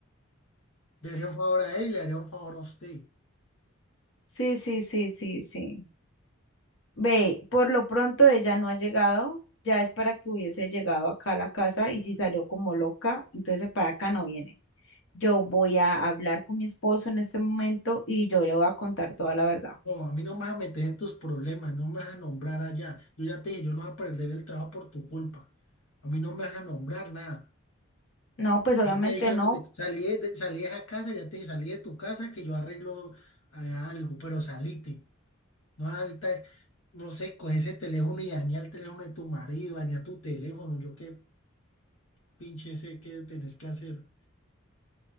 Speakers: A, on the left (about 80°); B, on the left (about 65°).
A: le haría un favor a él y le haría un favor a usted.
B: Sí, sí, sí, sí, sí. Ve, por lo pronto ella no ha llegado, ya es para que hubiese llegado acá a la casa y si salió como loca, entonces para acá no viene. Yo voy a hablar con mi esposo en este momento y yo le voy a contar toda la verdad.
A: No, a mí no me vas a meter en tus problemas, no me vas a nombrar allá. Yo ya te dije, yo no voy a perder el trabajo por tu culpa. A mí no me vas a nombrar nada.
B: No, pues obviamente
A: Yo te dije
B: no,
A: que te, salí de, de- salí de esa casa, ya te dije, salí de tu casa que yo arreglo eh, algo, pero salite. No, ahorita, no sé, coge ese teléfono y daña el teléfono de tu marido, daña tu teléfono. Yo qué pinche sé qué tenés que hacer.